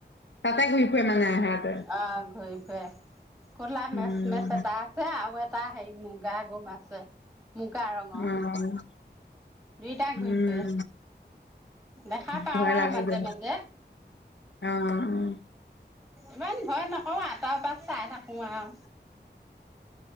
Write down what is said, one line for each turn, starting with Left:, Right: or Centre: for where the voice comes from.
Left: তাতে ঘূৰি ফুৰে মানে। সিহঁতে।
Right: অ' ঘূৰি ফুৰে, কলা
Left: উম,
Right: মেচ মেচ এটা আছে আৰু এটা হেৰি মুগা গোম মাছে ছে। মুগা ৰঙৰ,
Left: অ',
Right: দুইটা
Left: উম,
Right: ঘূৰি ফুৰে, দেখা পাও
Left: ভয়
Right: আৰু
Left: লাগে
Right: মাজে
Left: দে।
Right: মাজে।
Left: অ',
Right: ইমান ভয় নকওঁ আৰু, তলৰ পৰা চাই থাকোঁ আৰু।